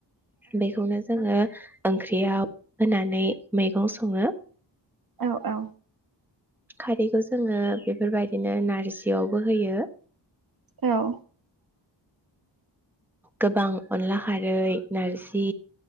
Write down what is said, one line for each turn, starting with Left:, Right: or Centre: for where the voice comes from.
Centre: बेखौनो जोङो ओंख्रियाव होनानै मै सङो
Right: औ औ
Centre: खारैखौ जोङो बेफोरबायदिनो नारजियावबो होयो।
Right: औ
Centre: गोबां अनला खारै नारजि